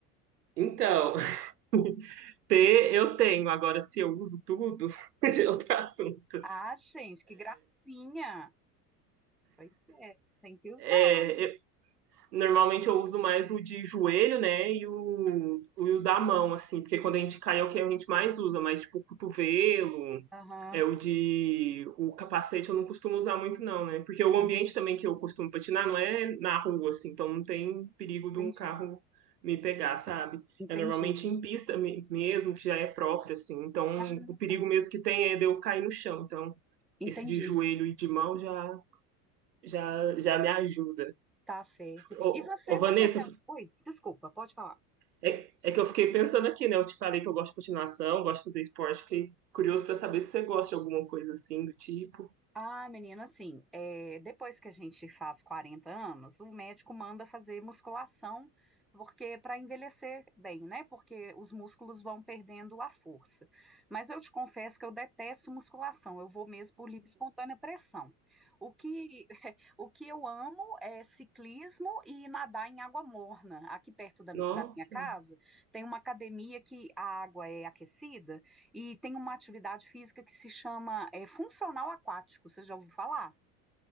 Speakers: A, on the right; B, in the centre.
A: Então, <laughs> ter eu tenho, agora se eu uso tudo, <laughs> já é outro assunto.
B: Ah, gente, que gracinha. Pois é, tem que usar.
A: É, Normalmente eu uso mais o de joelho, né? E o, o da mão, assim, porque quando a gente cai é o que a gente mais usa, mas tipo o cotovelo,
B: Aham,
A: é o de o capacete eu não costumo usar muito, não, né? Porque o
B: ah,
A: ambiente também que eu costumo patinar não é na rua, assim, então não tem perigo de
B: entendi,
A: um carro me pegar, sabe?
B: entendi.
A: É normalmente em pista me- mesmo, que já é própria, assim, então
B: Ah,
A: o perigo
B: tá,
A: mesmo que tem é de eu cair no chão, então
B: entendi.
A: esse de joelho e de mão já, já, já me ajuda.
B: Tá certo.
A: Ô,
B: E você
A: ô, Vanessa,
B: tem aquela. Oi, desculpa, pode falar.
A: É, é que eu fiquei pensando aqui, né? Eu te falei que eu gosto de patinação, gosto de fazer esporte, fiquei curioso pra saber se você gosta de alguma coisa assim do tipo.
B: Ah, menina, assim, é, depois que a gente faz 40 anos, o médico manda fazer musculação, porque para envelhecer bem, né? Porque os músculos vão perdendo a força. Mas eu te confesso que eu detesto musculação, eu vou mesmo por livre e espontânea pressão. O que, <laughs> o que eu amo é ciclismo e nadar em água morna. Aqui perto da,
A: Nossa.
B: da minha casa tem uma academia que a água é aquecida. E tem uma atividade física que se chama é, funcional aquático. Você já ouviu falar?